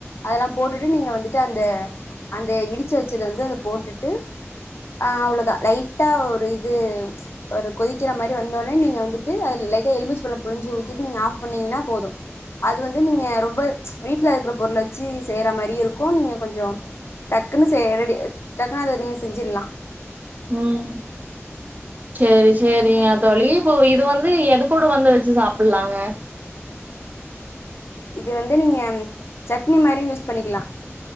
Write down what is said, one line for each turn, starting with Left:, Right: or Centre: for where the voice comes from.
Left: அதெல்லா போட்டுட்டு நீங்க வந்துட்டு அந்த அந்த இடிச்சி வச்சத வந்து அத போட்டுட்டு அ அவ்ளோதா லைட்டா ஒரு இது ஒரு கொதி கிரமரி வந்தோனே நீங்க வந்துட்டு அத லைட்டா எலுமிச்ச பழம் புழிஞ்சி ஊத்திட்டு நீங்க ஆஃப் பண்ணீங்ன்னா போது அது வந்து நீங்க ரொம்ப வீட்ல இருக்குற பொருள வைச்சி செய்ற மாறியு இருக்கு இன்னு கொஞ்சோ டக்குனு செ ரெடி டக்குனு அத நிங்க செ செஞ்சிர்லா
Right: ம் சேரி சேரிங்க தோழி போ இது வந்து எது கூட வந்துருச்சி சாப்புட்லாங்க
Left: இது வந்து நீங்க சட்னி மாறி யூஸ் பண்ணிக்கிலா